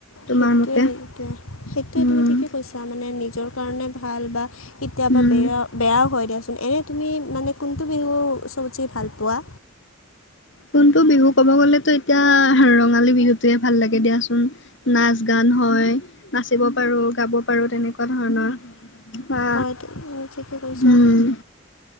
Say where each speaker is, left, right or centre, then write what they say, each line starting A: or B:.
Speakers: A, on the left; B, on the left.
A: তোমাৰ
B: সেইটোৱে,
A: মতে?
B: সেইটোৱে, সেইটোৱে
A: উম,
B: তুমি ঠিকেই কৈছা মানে নিজৰ কাৰণে ভাল বা কেতিয়াবা
A: উম।
B: বেয়া-বেয়াও হয় দিয়াচোন। এনে তুমি মানে কোনটো বিহু চবতচে ভাল পোৱা?
A: কোনটো বিহু ক'ব গ'লেতো এতিয়া, ৰঙালী বিহুটোৱে ভাল লাগে দিয়াচোন। নাচ-গান হয়, নাচিব পাৰো, গাব পাৰো, তেনেকুৱা ধৰণৰ। হা,
B: হয় তুমি ঠিকে কৈছা
A: উম।